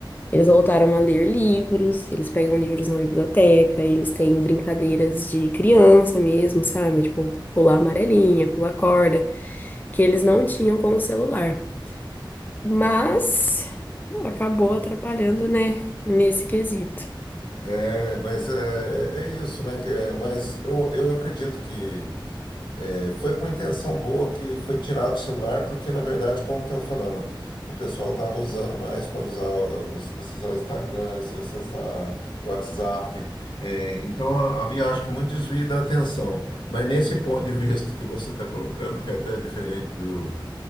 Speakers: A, on the left (about 20°); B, on the left (about 65°).
A: eles voltaram a ler livros, eles pegam livros na biblioteca, eles têm brincadeiras de criança mesmo, sabe? Tipo, pular amarelinha, pular corda, que eles não tinham com o celular. Mas acabou atrapalhando, né, nesse quesito.
B: É, mas é, é isso, né? Que é- Mas eu, eu acredito que É, foi com intenção boa que foi tirado o celular, porque na verdade, como eu estava falando, o pessoal estava usando mais para usar o- os- acessar o Instagram, acessar o WhatsApp. É, então a- havia, acho que, muito desvio da atenção. Mas nesse ponto de vista que você está colocando, que é até diferente do,